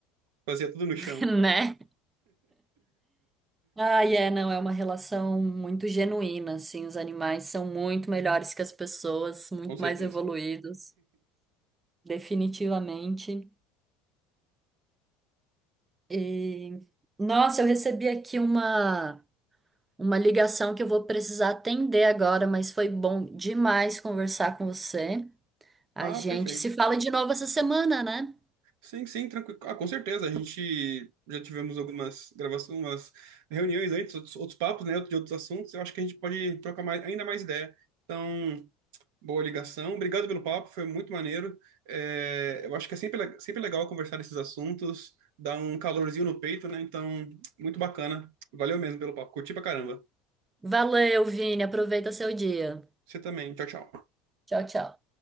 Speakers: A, on the right; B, on the right.
A: fazia tudo no chão,
B: <laughs> Né? Ai, é, não, é uma relação muito genuína, assim, os animais são muito melhores que as pessoas, muito
A: com certeza.
B: mais evoluídos, definitivamente. E, nossa, eu recebi aqui uma, uma ligação que eu vou precisar atender agora, mas foi bom demais conversar com você. A
A: Ah,
B: gente
A: perfeito.
B: se fala de novo essa semana, né?
A: Sim, sim, tranquilo. Ah, com certeza. A gente já tivemos algumas gravações, umas reuniões antes, outros, outros papos, né, de outros assuntos. Eu acho que a gente pode trocar mais, ainda mais ideia. Então, boa ligação. Obrigado pelo papo, foi muito maneiro. É, eu acho que é sempre, le- sempre legal conversar desses assuntos, dá um calorzinho no peito, né? Então, muito bacana. Valeu mesmo pelo papo. Curti pra caramba.
B: Valeu, Vini, aproveita seu dia.
A: Você também. Tchau, tchau.
B: Tchau, tchau.